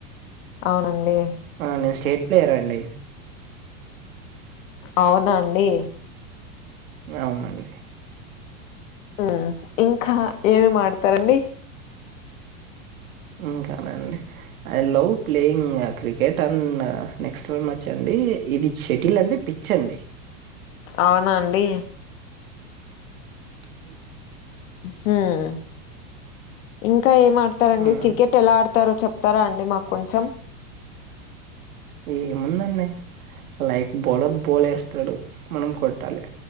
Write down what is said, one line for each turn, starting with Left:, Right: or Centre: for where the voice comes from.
Left: అవునండి
Right: ఆ, నేను స్టేట్ ప్లేయర్ అండి
Left: అవునా అండి
Right: అవునండి
Left: ఉ ఇంకా ఏమిమాతారండి
Right: ఇంకానండి I love playing cricket and next వ చ్చండి ఇది షటిల్ అంటే పిచ్చి అండి
Left: అవునాండి
Right: అ
Left: హ్మ్ ఇంకా ఏం ఆడతారండి
Right: ఆ,
Left: క్రికెట్ ఎలా ఆడుత తారో చెప్తారా అండి మాకు కొంచెం
Right: ఏముందండి లైక్ బౌలర్ బోల్ వేస్తాడు మనం కొట్టాలి